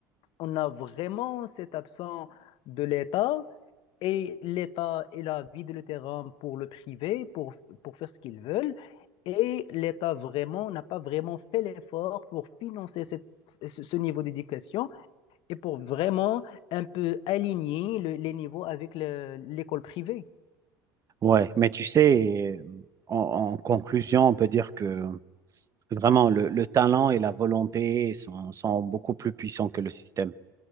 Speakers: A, on the left (about 60°); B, on the right (about 35°).
A: on a vraiment cette absence de l'État et l'État, il a vidé le terrain pour le privé, pour, pour faire ce qu'ils veulent. Et l'État vraiment n'a pas vraiment fait l'effort pour financer cette, ce niveau d'éducation et pour vraiment un peu aligner le- les niveaux avec le- l'école privée.
B: Ouais, mais tu sais, en, en conclusion, on peut dire que Vraiment, le, le talent et la volonté sont, sont beaucoup plus puissants que le système.